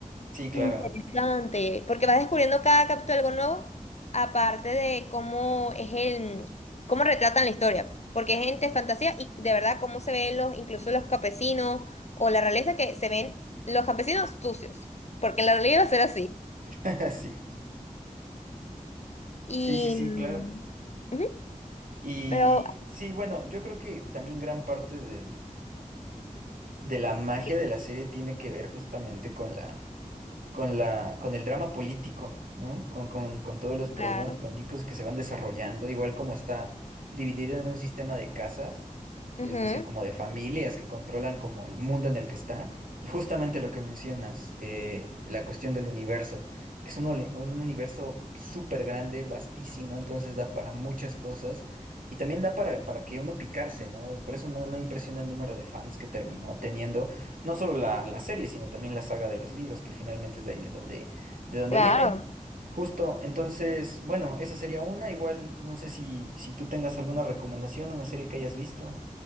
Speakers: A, on the right; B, on the left.
A: Sí, claro.
B: Interesante, porque vas descubriendo cada capítulo algo nuevo, aparte de cómo es el, cómo retratan la historia, porque es entre fantasía y de verdad cómo se ven los, incluso los campesinos o la realeza que se ven los campesinos sucios, porque en la realidad va a ser así.
A: <laughs> Sí, justo.
B: Y,
A: Sí, sí, sí,
B: mm,
A: claro.
B: ujú,
A: Y
B: pero,
A: sí, bueno, yo creo que también gran parte del, de la magia
B: Sí.
A: de la serie tiene que ver justamente con la, con la, con el drama político, ¿no? Con, con, con todos los problemas
B: claro,
A: políticos que se van desarrollando, igual como está dividido en un sistema de casas,
B: ujú.
A: es decir, como de familias que controlan como el mundo en el que está, y justamente lo que mencionas, eh, la cuestión del universo, que es un, oli- un universo súper grande, vastísimo, entonces da para muchas cosas. Y también da para, para que uno picarse, ¿no? Por eso no, no impresiona el número de fans que terminó teniendo no solo la, la serie, sino también la saga de los libros, que finalmente es de ahí de donde, de donde
B: Claro.
A: viene. Justo, entonces, bueno, esa sería una. Igual, no sé si, si tú tengas alguna recomendación, una serie que hayas visto.